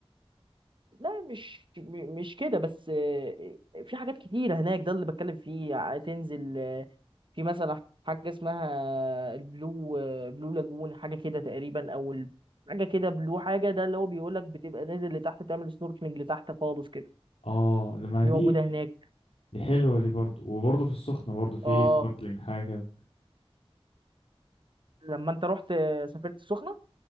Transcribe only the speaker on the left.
اه لما
دي
دي حلوه دي برضو وبرضو في السخنه برضو في
سنوركلينج حاجه كده